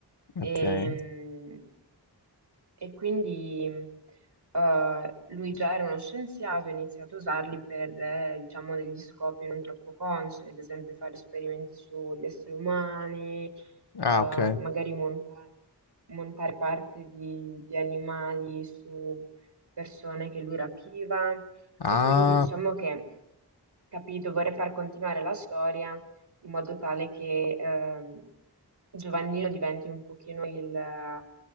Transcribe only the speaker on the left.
ok.
Ah,
ok.
Ah,